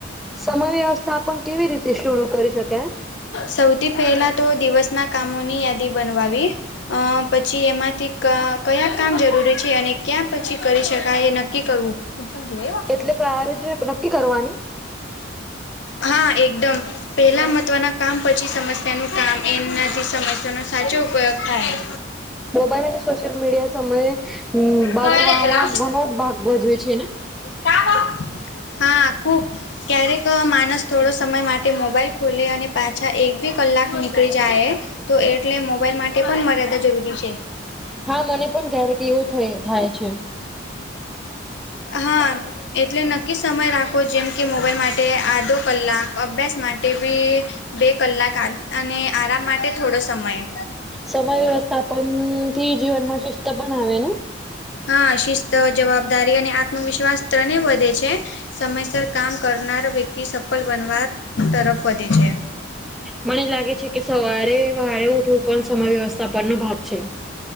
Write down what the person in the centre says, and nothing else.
સમય વ્યવસ્થા પણ કેવી રીતે શરૂ કરી શકે
એટલે પ્રાયોરિટી નક્કી કરવાની
મોબાઈલ અને સોશિયલ મીડિયા સમયે બગડવામાં
ઘણો ભાગ ભજવે છે ને
હા મને પણ ક્યારેક એવું થ થાય છે.
સમય વ્યવસ્થાપન થી જીવનમાં શિસ્ત બનાવે ને
મને લાગે છે કે સવારે વહારેે ઉઠવું પણ સમય વ્યવસ્થાપનનો ભાગ છે.